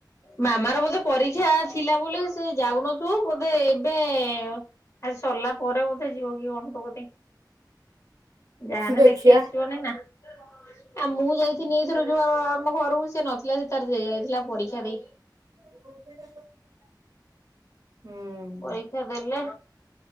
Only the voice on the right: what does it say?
ଦେଖିଆ
<unintelligible> ହୁଁ।